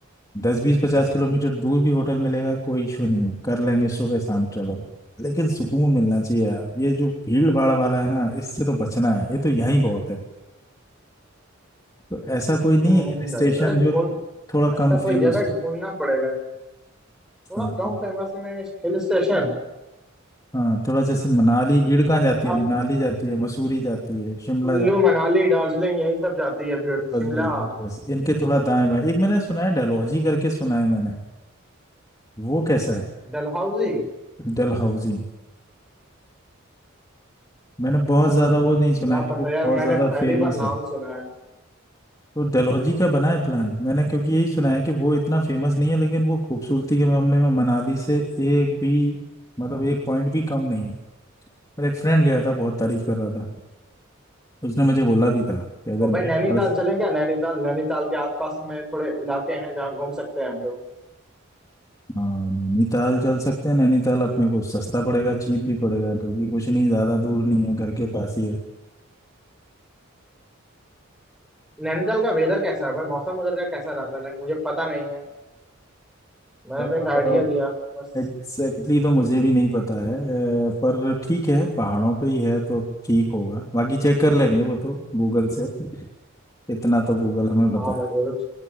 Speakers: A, on the left; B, in the centre.
A: दस बीस पचास किलोमीटर दूर भी होटल मिलेगा कोई इशू नहीं है कर लेंगे सुबह शाम ट्रेवल लेकिन सुकून मिलना चाहिए यार ये जो भीड़ भाड़ वाला है ना इससे तो बचना है ये तो यहीं बहुत है तो ऐसा कोई नहीं
B: हम्म,
A: है हिल स्टेशन
B: नहीं, अरे
A: जो
B: ढूंढ
A: थोड़ा
B: ऐसा
A: कम
B: कोई
A: फेमस
B: जगह
A: हो
B: ढूंढना पड़ेगा थोड़ा
A: हाँ
B: कम
A: हाँ,
B: फेमस में हिल स्टेशन
A: हाँ, थोड़ा जैसे मनाली भीड़ कहाँ जाती
B: आप
A: है मनाली जाती है मसूरी जाती है शिमला
B: कुल्लू
A: जाती
B: मनाली
A: है
B: दार्जिलिंग यही सब जाती है भीड़
A: बस
B: शिमला
A: बस बस बस इनके थोड़ा दाएं बाएं एक मैंने सुना है डलहौजी करके सुना है मैंने वो कैसा है
B: डलहौजी
A: डलहौजी मैंने बहुत ज्यादा वो नहीं सुना
B: क्या
A: कि
B: पता
A: वो बहुत
B: यार मैंने
A: ज्यादा फेमस
B: पहली बार नाम
A: है
B: सुना है
A: तो डलहौजी का बना है प्लान मैंने क्योंकि यही सुना है कि वो इतना फेमस नहीं है लेकिन वो खूबसूरती के मामले में मनाली से एक भी मतलब एक पॉइंट भी कम नहीं है मेरा एक फ्रेंड गया था बहुत तारीफ कर रहा था तो उसने मुझे बोला भी था कि अगर
B: और
A: भीड़
B: भाई नैनीताल
A: भाड़ से
B: चलें क्या नैनीताल नैनीताल के आसपास में थोड़े इलाके हैं जहाँ घूम सकते हैं हम लोग
A: हाँ, नैनीताल चल सकते हैं नैनीताल अपने को सस्ता पड़ेगा चीप भी पड़ेगा क्योंकि कुछ नहीं ज्यादा दूर नहीं है घर के पास ही
B: नैनीताल का वेदर कैसा है भाई मौसम उधर का कैसा रहता है लाइक मुझे पता नहीं है मैंने
A: है
B: तो एक आइडिया दिया बस
A: एग्जैक्टली तो मुझे भी नहीं पता है अ, पर ठीक है पहाड़ों पे ही है तो ठीक होगा बाकी चेक कर लेंगे वो तो गूगल से इतना तो गूगल हमें बता
B: हाँ भाई वो तो